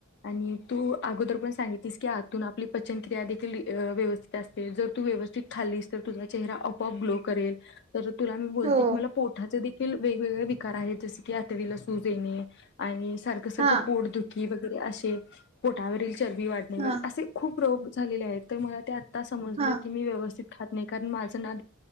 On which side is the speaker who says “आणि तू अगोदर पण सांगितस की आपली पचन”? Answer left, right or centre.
Left